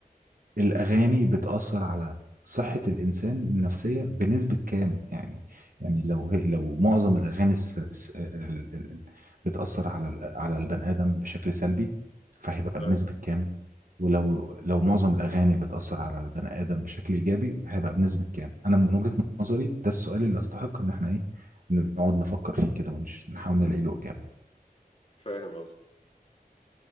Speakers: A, on the right; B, on the left.
A: الأغاني بتأثر على صحة الإنسان النفسية بنسبة كام يعني يعني لو هي لو معظم الأغاني الس... الس... ال... ال... ال... بتأثر على ال- على البني آدم بشكل سلبي فهيبقى
B: ايوه
A: بنسبة كام ولو لو معظم الأغاني بتأثر على البني آدم بشكل إيجابي هيبقى بنسبة كام أنا من وجهة نظري ده السؤال اللي أستحق إن إحنا إيه نقعد نفكر فيه كده ونحاول نلاقي له إجابة
B: فاهم قصدي